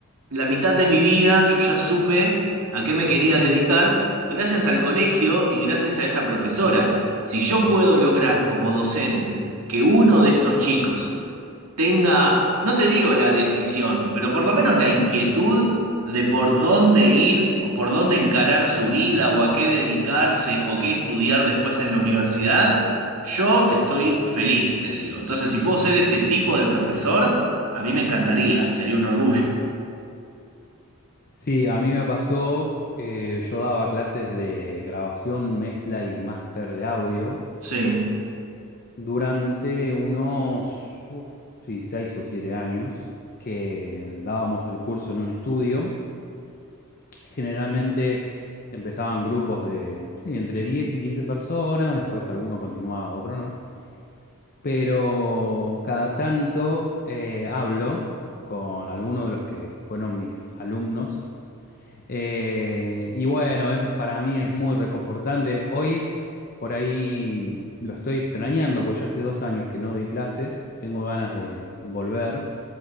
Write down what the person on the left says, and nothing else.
Mm.
Sí, a mí me pasó, eh, yo daba clases de grabación, mezcla y máster de audio
durante unos, uf, sí, seis o siete años que dábamos el curso en un estudio. Generalmente empezaban grupos de sí, entre 10 y 15 personas, después alguno continuaba, otro no. Pero cada tanto eh, hablo con algunos de los que fueron mis alumnos. Eh, y bueno, es- para mí es muy reconfortante. Hoy por ahí lo estoy extrañando, porque ya hace dos años que no doy clases, tengo ganas de volver.